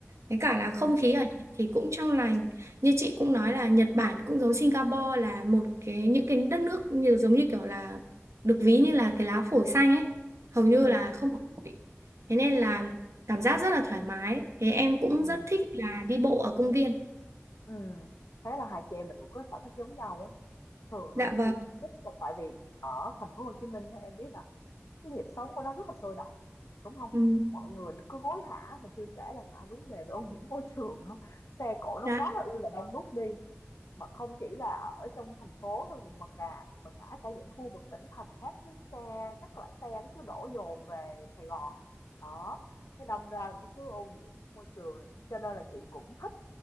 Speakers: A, on the right; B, on the left.
A: với cả là
B: ừ
A: không khí ở Nhật thì cũng trong lành. Như chị cũng nói là Nhật Bản cũng giống Singapore là một cái những cái đất nước như giống như kiểu là được ví như là cái lá phổi xanh ấy, hầu
B: ừ
A: như là không có bụi. Thế nên là cảm giác rất là thoải mái. Thế em
B: ừ
A: cũng rất thích là đi bộ ở công viên.
B: Ừ. Thế là hai chị em mình cũng có sở thích giống nhau á. Thường
A: Dạ
B: là
A: vâng.
B: chị cũng thích tại vì ở thành phố Hồ Chí Minh đó, em biết là cái nhịp sống của nó rất là sôi động đúng không
A: Ừ,
B: mọi người cứ hối hả và chưa kể là cả vấn đề về ô nhiễm môi trường nữa xe cộ
A: dạ,
B: nó quá là ư là đông đúc đi mà không chỉ là ở trong thành phố thôi mà cả mà cả cả những khu vực tỉnh thành khác xe các loại xe nó cứ đổ dồn về Sài Gòn đó thế đâm ra nó cứ ô nhiễm môi trường cho nên là chị cũng thích